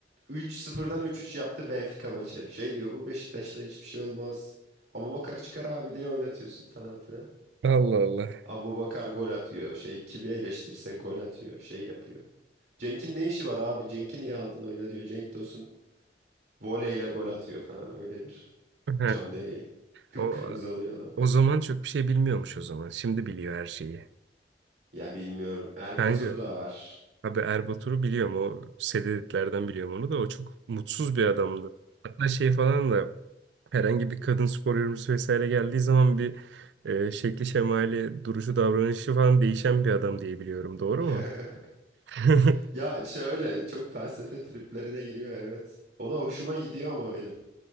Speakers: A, on the right (about 65°); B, on the right (about 75°).
A: 3-0'dan 3-3 yaptı Benfica maçı. Şey diyor bu Beşiktaş'ta hiçbir şey olmaz. Ama Bakar çıkar abi diye oynatıyorsun falan filan.
B: Allah Allah.
A: Abu Bakar gol atıyor. Şey kimi eleştirirse gol atıyor. Şey yapıyor. Cenk'in ne işi var abi? Cenk'i niye aldın oyuna diyor. Cenk Tosun voleyle gol atıyor falan öyle bir
B: He.
A: canlı yayın. Kıpkırmızı
B: O
A: oluyor adam.
B: o zaman çok bir şey bilmiyormuş o zaman. Şimdi biliyor her şeyi.
A: Ya bilmiyorum. Erbatur
B: Kanka
A: da var.
B: abi Erbatur'u biliyorum o sededitlerden biliyorum onu da o çok mutsuz bir adamdı. Hatta şey falan da herhangi bir kadın spor yorumcusu vesaire geldiği zaman bir e, şekli şemali, duruşu, davranışı falan değişen bir adam diye biliyorum. Doğru
A: <laughs>
B: mu? <laughs>
A: Ya şöyle çok felsefe triplerine giriyor evet. O da hoşuma gidiyor ama benim.